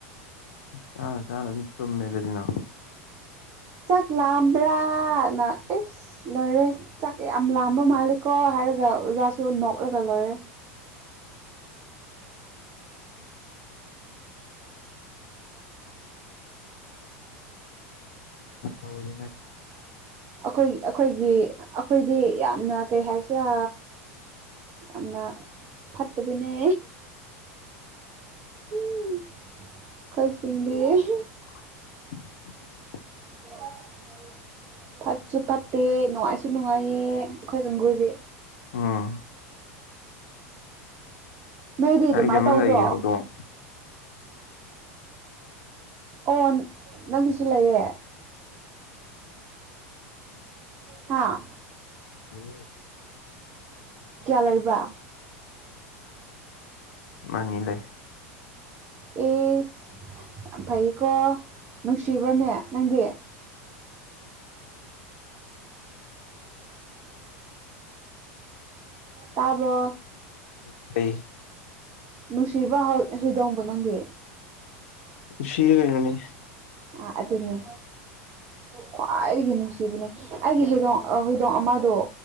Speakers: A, on the left; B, on the right.
A: ꯆ ꯆꯥꯟ ꯇꯣꯃꯦ ꯂꯩꯗꯤꯅꯣ
B: ꯆꯥꯛ ꯂꯥꯑꯝꯕ꯭ꯔꯥꯅ ꯑꯦꯁ ꯂꯣꯏꯔꯦ ꯆꯥꯛ ꯌꯥꯝ ꯂꯝꯕ ꯃꯥꯜꯂꯦꯀꯣ ꯍꯥꯏꯔꯒ ꯑꯣꯖꯥꯁꯨ ꯅꯣꯛꯔꯒ ꯂꯣꯏꯔꯦ
A: ꯑꯣꯏ
B: ꯑꯩꯈꯣꯏ ꯑꯩꯈꯣꯏꯒꯤ ꯑꯩꯈꯣꯏꯗꯤ ꯌꯥꯝꯅ ꯀꯩ ꯍꯥꯏꯁꯤꯔꯥ ꯌꯥꯝꯅ ꯐꯠꯇꯕꯅꯦ ꯎꯝ ꯀꯣꯏꯁꯤꯡꯗꯔ
A: <inaudible>
B: ꯑ ꯍ ꯐꯠꯁꯨ ꯐꯠꯇꯦ ꯅꯨꯡꯉꯥꯏꯁꯨ ꯅꯨꯡꯉꯥꯏꯌꯦ ꯑꯩꯈꯣꯏ ꯀꯥꯡꯒꯨꯗꯤ
A: ꯎꯝ
B: ꯅꯣꯏꯗꯤ ꯑꯗꯨꯃꯥꯏꯅ
A: ꯑꯩꯒꯤ ꯑꯃ
B: ꯇꯧꯗ꯭ꯔꯣ
A: ꯂꯩꯌꯦ ꯍꯧꯗꯣꯡ
B: ꯑꯣ ꯅꯪꯒꯤꯁꯨ ꯂꯩꯌꯦ ꯍꯥꯥ
A: ꯂꯩꯌꯦ
B: ꯀꯌꯥ ꯂꯩꯕ
A: ꯃꯥꯅꯤ ꯂꯩ
B: ꯑꯦꯁ ꯌꯥꯝ ꯐꯩꯀꯣ ꯅꯨꯡꯁꯤꯕ꯭ꯔꯣꯅꯦ ꯅꯪꯗꯤ ꯇꯥꯕ꯭ꯔꯣ
A: ꯇꯥꯌꯦ
B: ꯅꯨꯡꯁꯤꯕ ꯍꯨꯗꯣꯡꯗꯣ ꯅꯪꯒꯤ
A: ꯅꯨꯡꯁꯤꯌꯦ ꯀꯩꯅꯣꯅꯦ
B: ꯑ ꯑꯗꯨꯅꯦ ꯈ꯭ꯋꯥꯏꯗꯒꯤ ꯅꯨꯡꯁꯤꯕꯅꯦ ꯑꯩꯒꯤ ꯍꯩꯗꯣꯡ ꯍꯨꯏꯗꯣꯡ ꯑꯃꯗꯣ